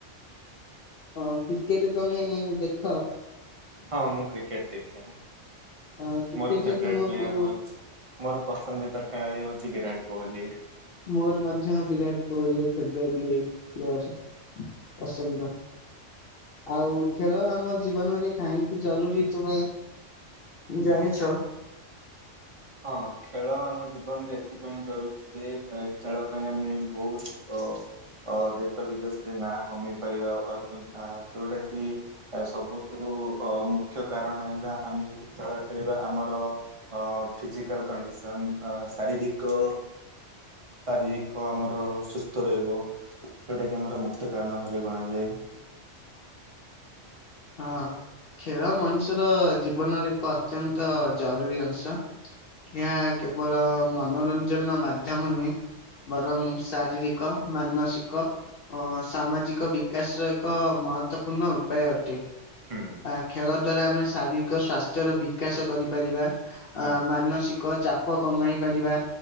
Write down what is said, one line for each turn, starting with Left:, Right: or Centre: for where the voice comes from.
Left: ହଁ କ୍ରିକେଟ ତମେ ଦେଖ
Right: ହଁ ମୁଁ କ୍ରିକେଟ ଦେଖେ
Left: ହଁ କ୍ରିକେଟରେ
Right: ମୋର ଫେଭଟ
Left: ତୁମକୁ
Right: ପ୍ଲେୟାର ହଉଛି ମୋର ପସନ୍ଦତା ଖେଳାଳି ହଉଛି ବିରାଟ କହଲି।
Left: ମୋର ମଧ୍ୟ ବିରାଟ ଫେବଟ ପସନ୍ଦ। ଆଉ ଖେଳ ଆମ ଜୀବନରେ କାହିଁକି ଜରୁରୀ ତୁମେ ଜାଣିଛ?
Right: ହଁ ଖେଳ ଆମ ଜୀବନରେ ଏଥିପାଇଁ ଜରୁରୀ ଯେ ଖେଳ ପାଇଁ ଆମେ ବହୁତ ଦେଶ ବିଦେଶରେ ନାଁ କମେଇ ପାରିବା ଯୋଉଟା କି? ସବୁଠୁ ଅ ମୁଖ୍ୟ କାରଣ ହେଲା ଆମେ ଯଦି ଖେଳ ଖେଳିବା ଆମର ଅ ଫିଜିକାଲ କଣ୍ଡିସନ୍ ଶାରୀରିକ ଶାରୀରିକ ଆମର ସୁସ୍ଥ ରହିବ ଯଉଟା କି ଆମର ମୁଖ୍ୟ କାରଣ ଭାବେ ଗଣାଯାଏ।
Left: ହଁ। ଖେଳ ମଣିଷର ଜୀବନର ଏକ ଅତ୍ୟନ୍ତ ଜରୁରୀ ଅଂଶ ଏହା କେବଳ ମନୋରଞ୍ଜନ ମାଧ୍ୟମ ନୁହେଁ। ବରଂ ଶାରୀରିକ ମାନସିକ ଓ ସାମାଜିକ ବିକାଶ ର ଏକ ମହତ୍ଵପୂର୍ଣ୍ଣ ଉପାୟ ଅ
Right: ହୁଁ
Left: ଆ ଖେଳ ଦ୍ଵାରା ଆମେ ଶାରୀରିକ ସ୍ୱାସ୍ଥ୍ୟର ବିକାଶ କରିପାରିବା। ଅ
Right: ହଁ
Left: ମାନସିକ ଚାପ କମାଇ ପାରିବା।